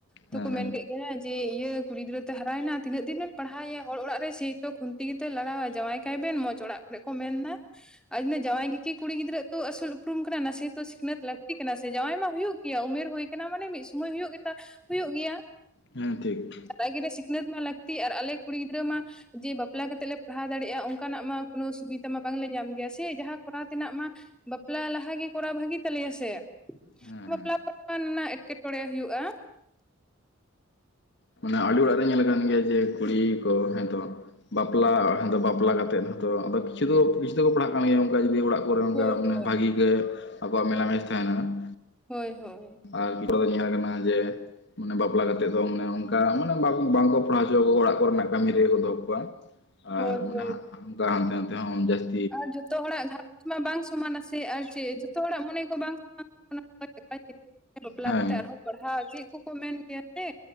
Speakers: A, in the centre; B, on the left (about 55°).
A: ᱛᱚ
B: ᱦᱮᱸ
A: ᱠᱚ
B: ᱦᱮᱸ
A: ᱢᱮᱱ ᱠᱮᱫ ᱜᱮᱭᱟ ᱡᱮ ᱤᱭᱟᱹ ᱠᱩᱲᱤ ᱜᱤᱫᱽᱨᱟᱹᱛᱮ ᱦᱟᱨᱟᱭᱮᱱᱟ, ᱛᱤᱱᱟᱹᱜ? ᱫᱤᱱ ᱮᱢ ᱯᱟᱲᱦᱟᱣᱭᱟ ᱦᱚᱲ ᱚᱲᱟᱜ ᱥᱮᱭ ᱛᱚ ᱠᱷᱩᱱᱛᱤ ᱜᱮᱛᱚᱭ ᱞᱟᱲᱟᱣᱟ ᱡᱟᱶᱟᱭ ᱠᱟᱭᱵᱮᱱ ᱢᱚᱡᱽ ᱚᱲᱟᱜ ᱠᱚᱨᱮᱜ ᱠᱚ ᱢᱮᱱᱫᱟ ᱾ <unintelligible> ᱡᱟᱶᱟᱭ ᱜᱮᱠᱤ ᱠᱩᱲᱤ ᱜᱤᱫᱽᱨᱟᱹ ᱛᱚ ᱟᱹᱥᱩᱞ ᱩᱯᱨᱩᱢ ᱠᱟᱱᱟ ᱱᱟᱥᱮ ᱛᱚ ᱥᱤᱠᱷᱱᱟᱹᱛ ᱞᱟᱹᱠᱛᱤ ᱠᱟᱱᱟ ᱥᱮ ᱡᱟᱶᱟᱭ ᱢᱟ ᱦᱩᱭᱩᱜ। ᱜᱮᱭᱟ ᱩᱢᱮᱨ ᱦᱳᱭ ᱠᱟᱱᱟ ᱢᱟᱱᱮ ᱢᱤᱫ ᱥᱚᱢᱚᱭ ᱦᱳᱭᱳᱜ ᱜᱮᱛᱟ ᱦᱼᱦᱳᱭᱳᱜ ᱜᱮᱭᱟ᱾
B: ᱦᱮᱸ ᱴᱷᱤᱠ ᱾
A: <unintelligible> ᱥᱤᱠᱷᱱᱟᱹᱛ ᱢᱟ ᱞᱟᱹᱠᱛᱤ ᱟᱨ ᱟᱞᱮ ᱠᱩᱲᱤ ᱜᱤᱫᱽᱨᱟᱹ ᱢᱟ ᱡᱮ ᱵᱟᱯᱞᱟ ᱠᱟᱛᱮᱜ ᱞᱮ ᱯᱟᱲᱦᱟᱣ ᱫᱟᱲᱮᱭᱟᱜᱼᱟ᱾ ᱚᱱᱠᱟᱱᱟᱜ ᱢᱟ ᱠᱳᱱᱳ ᱥᱩᱵᱤᱫᱷᱟ ᱢᱟ ᱵᱟᱝᱞᱮ ᱧᱟᱢ ᱜᱮᱭᱟ ᱥᱮ ᱡᱟᱦᱟᱸ ᱠᱚᱨᱟᱣ ᱛᱮᱱᱟᱜ ᱢᱟ ᱵᱟᱯᱞᱟ ᱞᱟᱦᱟ ᱜᱮ ᱠᱚᱨᱟᱣ ᱵᱷᱟᱹᱜᱮ ᱛᱟᱞᱮᱭᱟ ᱥᱮ।
B: ᱦᱮᱸ ᱦᱮᱸ
A: ᱵᱟᱯᱞᱟ <unintelligible> ᱨᱮᱱᱟᱜ ᱮᱴᱠᱮᱴᱚᱬᱮ ᱦᱩᱭᱩᱜᱼᱟ᱾
B: ᱢᱟᱱᱮ ᱟᱹᱰᱤ ᱚᱲᱟᱜ ᱨᱮ ᱧᱮᱞ ᱠᱟᱱ ᱜᱮᱭᱟ ᱡᱮ ᱠᱩᱲᱤ ᱠᱚ, ᱦᱮᱸ ᱛᱚᱼᱼ ᱵᱟᱯᱞᱟ ᱦᱮ ᱫᱚ ᱵᱟᱯᱞᱟ ᱠᱟᱛᱮᱫ ᱦᱚᱛᱚ ᱠᱤᱪᱷᱩ ᱫᱚ ᱠᱤᱪᱷᱩ ᱫᱚᱠᱚ ᱯᱟᱲᱦᱟᱜᱼᱼ <unintelligible> ᱚᱱᱠᱟ ᱡᱩᱫᱤ ᱚᱲᱟᱜ ᱠᱚᱨᱮᱜ ᱚᱱᱠᱟ
A: ᱦᱳᱭ
B: ᱢᱟᱱᱮ
A: ᱦᱳᱭ
B: ᱵᱷᱟᱜᱤ ᱜᱮ ᱟᱠᱚᱣᱟᱜ ᱢᱮᱞᱟ ᱢᱮᱥ ᱛᱟᱦᱮᱱᱟ।
A: ᱦᱳᱭ ᱦᱳᱭ।
B: ᱟᱨ ᱱᱤᱛᱚᱜ ᱫᱚ ᱧᱮᱞ ᱠᱟᱱᱟ ᱡᱮᱼᱼ ᱢᱟᱱᱮ ᱵᱟᱯᱞᱟ ᱠᱟᱛᱮᱜ ᱫᱚ ᱢᱟᱱᱮ ᱚᱱᱠᱟ ᱢᱟᱱᱮ ᱵᱟᱝᱠᱚ ᱯᱟᱲᱦᱟᱣ ᱦᱚᱪᱚᱣᱟ ᱚᱲᱟᱜ ᱠᱚᱨᱮᱱᱟᱜ ᱠᱟᱹᱢᱤ ᱨᱮᱜᱮ ᱠᱚ ᱫᱚᱦᱚ ᱠᱚᱣᱟ। ᱟᱨ
A: ᱦᱳᱭ ᱦᱳᱭ
B: ᱚᱱᱟ ᱦᱟᱜ ᱦᱟᱱᱛᱮ ᱱᱟᱛᱮ ᱦᱚᱸ <unintelligible>
A: ᱟᱨ ᱡᱷᱚᱛᱚ ᱦᱚᱲᱟᱜ ᱜᱷᱟ ᱢᱟ ᱵᱟᱝ ᱥᱚᱢᱟᱱᱟ ᱥᱮ ᱟᱨ ᱪᱮᱫ ᱡᱷᱚᱛᱚ ᱦᱚᱲᱟᱜ ᱢᱚᱱᱮ ᱠᱚ ᱵᱟᱝ <unintelligible> ᱵᱟᱯᱞᱟ
B: ᱦᱮᱸ
A: ᱠᱟᱛᱮᱫ ᱟᱨᱦᱚᱸ ᱯᱟᱲᱦᱟᱣ ᱪᱮᱫ ᱠᱚᱠᱚ ᱢᱮᱱ ᱜᱮᱭᱟ ᱥᱮ᱾